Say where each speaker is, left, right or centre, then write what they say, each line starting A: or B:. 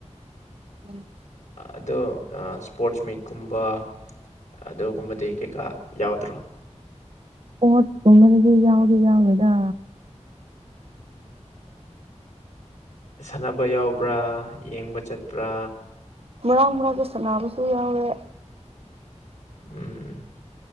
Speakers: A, on the right; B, on the left.
A: ꯎꯝ
B: ꯑꯗꯣ ꯏꯁꯄꯣꯔꯠꯁ ꯃꯤꯠꯀꯨꯝꯕ ꯑꯗꯨꯒꯨꯝꯕꯗꯤ ꯀꯩꯀꯥ ꯌꯥꯎꯗ꯭ꯔꯣ
A: ꯍꯠ ꯇꯃꯗꯤ ꯌꯥꯎꯗꯤ ꯌꯥꯎꯗꯥ
B: ꯁꯥꯟꯅꯕ ꯌꯥꯎꯕ꯭ꯔꯥ ꯌꯦꯡꯕ ꯆꯠꯄ꯭ꯔꯥ
A: ꯃꯔꯥꯡ ꯃꯔꯥꯡ ꯀ ꯁꯥꯟꯕꯁꯨ ꯌꯥꯎꯔꯦ
B: ꯎꯝ ꯎꯝ